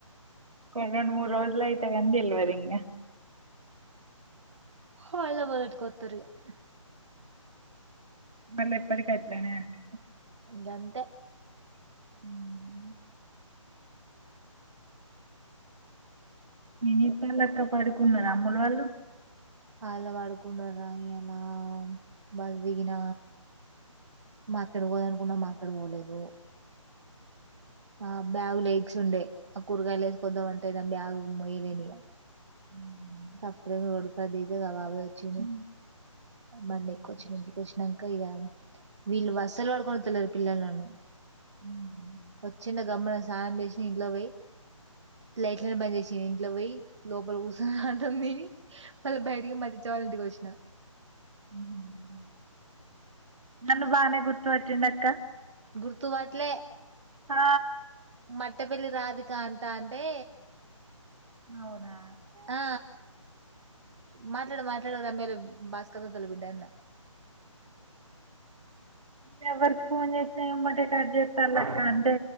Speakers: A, on the right; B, on the right.
A: ఒక రెండు మూరు రోజులయితే గనీ తేల్వదు ఇంగ
B: హ ఇంటికి కొత్తర్ మళ్ళ
A: మళ్ళీ ఎప్పటికి అట్లనే అంటే
B: గంతే
A: ఉం ఏం జెతల్లక్క పడుకున్నార అమ్ములు వాళ్ళు.
B: హల్ల పడుకుంన్న రా ఇయ్యి అలా బస్ దిగిన మార్కెట్ పోదనుకున్న మార్కెట్ పోలేదు ఆ బ్యాగు లో ఎగ్స్ ఉండే ఆ కూరగాయలు వేసుకద్దామ అంటే నా బ్యాగు మొయలేని ఇక
A: హ్మ్.
B: సప్రేమ్ రోడ్ కడ దీద మా బాబాయి వచ్చారు
A: హ్మ్. హ్మ్.
B: బండి ఎక్కు వచ్చిన ఇంటికి వచ్చినక ఇక వీళ్ళు అస్సలు పడుకొని తలరు పిల్లలు నన్ను
A: హ్మ్.
B: వచ్చిన గొమ్మున స్థనం చేసిన ఇంట్లోకి పోయి లైట్లనే బంద్ చేసింది ఇంట్లో పోయి లోపల కూర్చొని అంటాం నేని మళ్ళ బయటికి మర్చించ వాళ్ళంటికి వచ్చిన
A: హ్మ్. నన్ను బానే గుర్తు పట్టిండు అక్క
B: గుర్తు పట్లే
A: ఆ
B: మట్టపల్లి రాధిక అంటంటే
A: అవునా
B: ఆ మాట్లాడు మాట్లాడు ఆమెలు భాస్కరు తొల బిడ్డ అన్న <inaudible>
A: నను ఎవరికి ఫోన్ చేసినా ఏమంటే కట్ చేస్తారు లెక్క అంటే